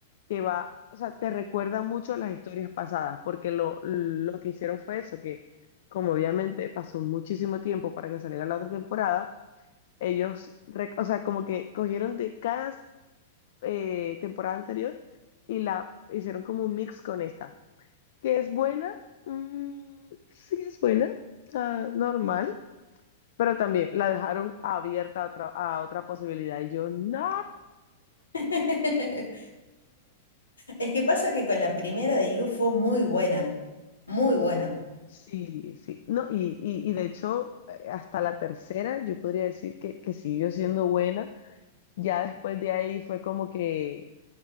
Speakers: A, on the left (about 60°); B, on the left (about 80°).
A: que va, o sea, te recuerda mucho las historias pasadas, porque lo, lo que hicieron fue eso, que como obviamente pasó muchísimo tiempo para que saliera la otra temporada, ellos, re- o sea, como que cogieron de cada eh, temporada anterior y la hicieron como un mix con esta, que es buena, mm, sí es buena, ah, normal pero también la dejaron abierta a otra, a otra posibilidad. Y yo, no.
B: <laughs> Es que pasa que con la primera de You fue muy buena, muy buena.
A: Sí, sí. No, y, y, y de hecho, eh, hasta la tercera, yo podría decir que, que siguió siendo buena. Ya después de ahí fue como que